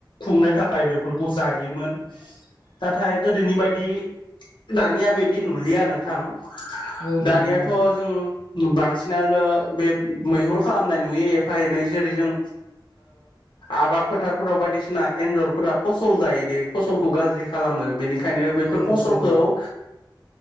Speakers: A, on the left; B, on the left.
A: खुंनो थाखाय बेफोरखौ जायोमोन नाथाय गोदोनि बायदि दानिया बिदि नुलिया नोंथां
B: औ नोंथां
A: दानियाथ'
B: औ
A: जों बांसिनानो बे मैहुर खालामनाय नुयो एफा एनै जेरै जों आबाद फोथारफोराव बायदिसिना एन्जरफोरा फसल जायो दे फसलखौ गाज्रि खालामो बेनि बेनिखायनो बेफोर
B: औ नोंथां
A: फसलखौ
B: औ